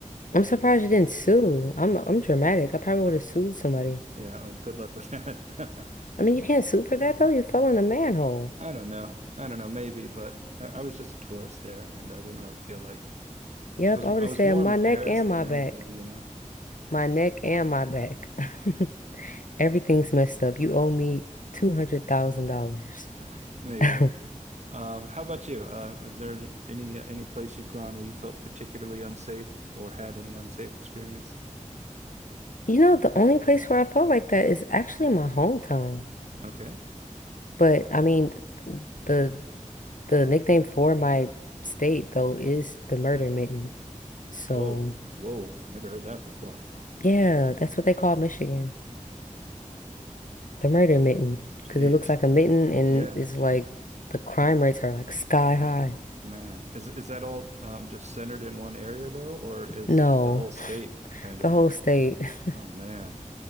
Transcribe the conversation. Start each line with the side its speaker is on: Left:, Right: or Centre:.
Left: I'm surprised you didn't sue. I'm I'm dramatic. I probably would have sued somebody.
Right: Yeah, um, good luck with that.
Left: I mean, you can't sue for that though. You fell in a manhole.
Right: <laughs> I don't know. I don't know. Maybe, but I, I was just a tourist there, and I didn't really feel like
Left: Yep,
Right: I was.
Left: I would
Right: I
Left: have
Right: was
Left: said
Right: more
Left: my
Right: embarrassed
Left: neck and my
Right: than
Left: back.
Right: anything, you know.
Left: My neck and my back. <laughs> Everything's messed up. You owe me $200,000.
Right: <laughs> Maybe.
Left: <laughs>
Right: Um, how about you? Uh, is there any any place you've gone where you felt particularly unsafe or had any unsafe experience?
Left: You know, the only place where I felt like that is actually my hometown.
Right: Okay.
Left: But I mean, the The nickname for my state, though, is the Murder Mitten. So,
Right: Whoa, whoa, never heard that before.
Left: yeah, that's what they call Michigan, the Murder Mitten, because
Right: Jeez.
Left: it looks like a mitten and
Right: Yeah,
Left: it's like the crime rates are like sky high.
Right: man. Is is that all um, just centered in one area though, or is
Left: No,
Right: the whole state kind
Left: the
Right: of?
Left: whole state. <laughs>
Right: Oh man.